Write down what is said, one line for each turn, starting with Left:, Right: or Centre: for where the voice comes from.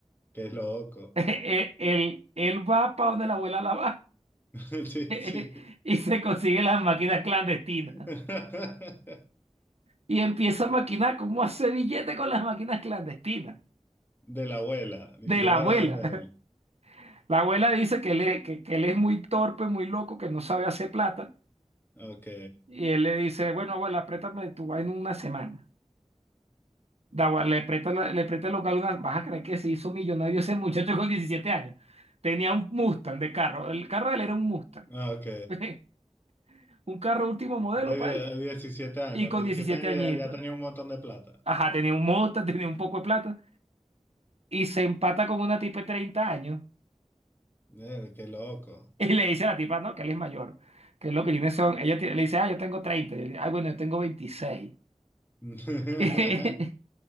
Left: qué loco.
Right: <laughs> Él, él él va para donde la abuela la va.
Left: <laughs> Sí,
Right: <laughs>
Left: sí.
Right: y se consigue las máquinas clandestinas.
Left: <laughs>
Right: Y empieza a maquinar cómo hace billete con las máquinas clandestinas.
Left: De la abuela, ni
Right: De
Left: siquiera
Right: la abuela.
Left: era de él.
Right: <laughs> La abuela dice que él, es- que, que él es muy torpe, muy loco, que no sabe hacer plata.
Left: Ok,
Right: Y él le dice, bueno, abuela, préstame tu vaina una semana. La abuela le presta, la- le presta el local una... Vas a creer que se hizo millonario ese muchacho con 17 años. Tenía un Mustang de carro. El carro de él era un Mustang.
Left: ok.
Right: <laughs> Un carro último modelo
Left: De
Right: para
Left: die-
Right: él.
Left: diecisiete años,
Right: Y con
Left: los 17
Right: 17
Left: años
Right: añitos.
Left: ya, ya tenía un montón de plata.
Right: Ajá, tenía un Mustang, tenía un poco de plata. y se empata con una tipa de 30 años
Left: Eh, qué loco.
Right: y le dice a la tipa, no, que él es mayor, que lo que tiene son, ella tiene- le dice, ah, yo tengo 30 y él, ah, bueno, yo tengo veintiséis
Left: <laughs>
Right: <laughs>